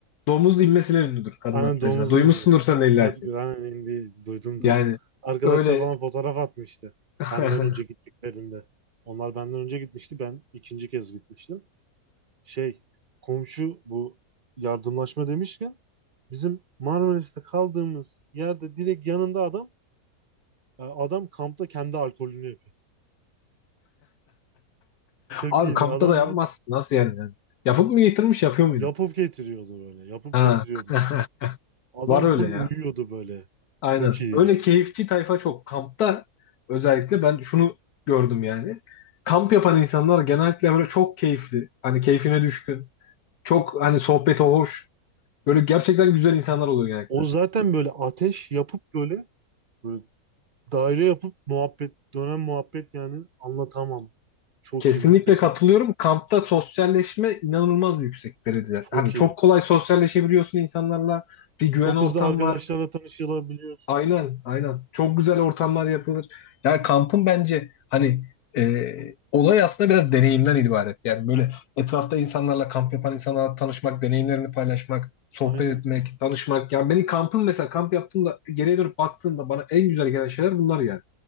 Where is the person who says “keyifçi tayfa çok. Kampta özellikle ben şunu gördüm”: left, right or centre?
Left